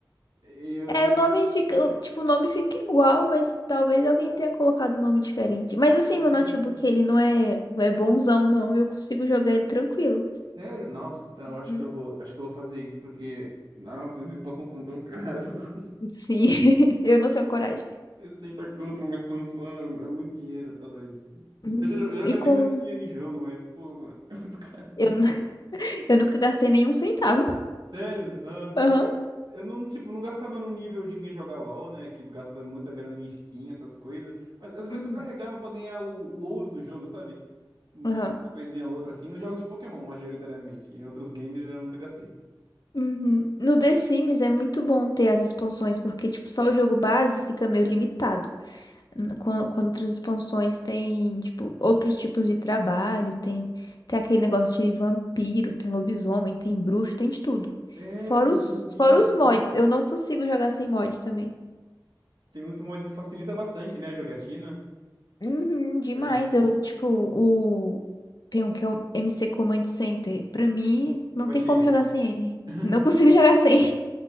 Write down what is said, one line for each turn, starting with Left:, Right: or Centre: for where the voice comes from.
Right: Eu.
Left: É, o nome fica, o- tipo, o nome fica igual, mas talvez alguém tenha colocado um nome diferente. Mas assim,
Right: "Hum."
Left: meu notebook, ele não é, não é bonzão, não. Eu consigo jogar ele tranquilo.
Right: Sério? Nossa, então eu
Left: Uhum.
Right: acho que eu vou, acho que eu vou fazer isso, porque. Nossa, as expansões são tão caras. <laughs>
Left: Sim, <laughs> eu
Right: Tá
Left: não
Right: maluco?
Left: tenho coragem.
Right: 60 contra uma expansão, é muito dinheiro, tá doido.
Left: Hum.
Right: Eu já, eu já
Left: E
Right: gastei
Left: com.
Right: muito dinheiro em jogo, mas, pô, mano, <laughs> é muito caro.
Left: Eu, nu- <laughs> eu nunca gastei nenhum centavo.
Right: Sério? Nossa,
Left: Aham.
Right: eu, tipo, eu não, tipo, não gastava no nível de quem joga LoL, né? Que gasta muita grana em skin, essas coisas. Mas às vezes
Left: Uhum.
Right: eu carregava pra ganhar o, o ouro do jogo, sabe? Um,
Left: Aham.
Right: Tipo, uma coisinha ou outra assim, nos jogos de Pokémon, majoritariamente. Em outros games eu nunca gastei.
Left: Uhum. No The Sims é muito bom ter as expansões, porque, tipo, só o jogo base fica meio limitado. Quando, quando outras expansões tem, tipo, outros tipos de trabalho, tem, tem aquele negócio de vampiro, tem lobisomem, tem bruxo, tem de tudo.
Right: É,
Left: Fora
Right: o
Left: os,
Right: vampiro.
Left: fora os
Right: que-
Left: mods, eu não consigo jogar sem mod também.
Right: Tem muito mod que facilita bastante, né, a jogatina.
Left: Uhum, demais,
Right: que Ajuda.
Left: eu, tipo, o... Tem um que é o MC Command Center. Pra mim, não
Right: Eu baixei
Left: tem como
Right: esse.
Left: jogar sem ele.
Right: <laughs>
Left: Não consigo <laughs> jogar sem.